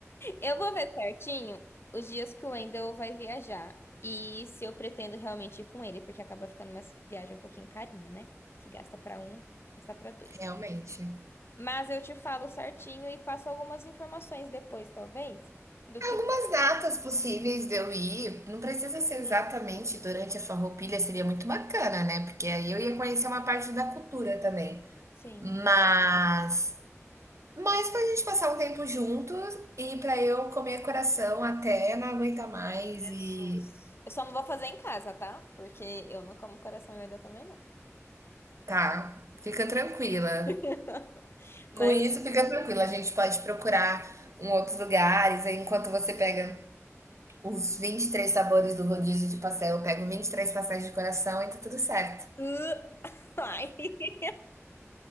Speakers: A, on the left (about 50°); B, on the right (about 70°).
A: Eu vou ver certinho os dias que o Wendel vai viajar e se eu pretendo realmente ir com ele, porque acaba ficando uma viagem um pouquinho carinha, né? Que gasta pra um, gasta pra dois.
B: <laughs> realmente.
A: Mas eu te falo certinho e passo algumas informações depois, talvez, do que.
B: Algumas datas possíveis de eu ir, não precisa ser
A: Uhum.
B: exatamente durante a Farroupilha, seria muito bacana, né? Porque aí eu ia conhecer uma parte da cultura também.
A: Sim.
B: Mas, mas pra gente passar um tempo juntos e pra eu comer coração até não aguentar mais
A: Jesus.
B: e
A: Eu só não vou fazer em casa, tá? Porque eu não como coração e Wendel também não.
B: tá, fica tranquila.
A: <laughs> Mas.
B: Com isso, fica tranquila. A gente pode procurar em outros lugares. Aí, enquanto você pega os 23 sabores do rodízio de pastel, eu pego 23 pastéis de coração e tá tudo certo.
A: Uh, ai. <laughs>